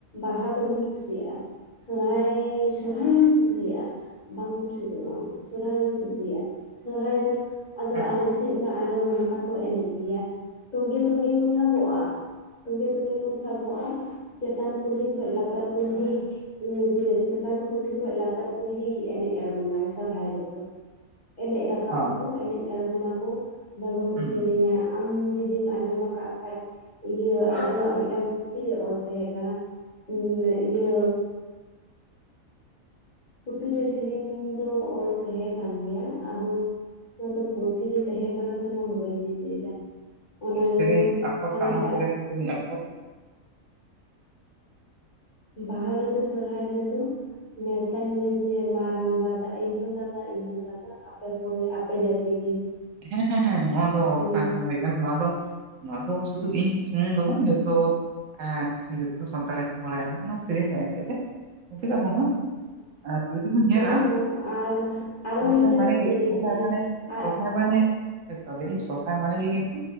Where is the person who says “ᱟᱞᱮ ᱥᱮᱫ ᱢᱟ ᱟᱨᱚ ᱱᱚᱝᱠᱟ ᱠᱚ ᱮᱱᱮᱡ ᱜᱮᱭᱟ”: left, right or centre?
Left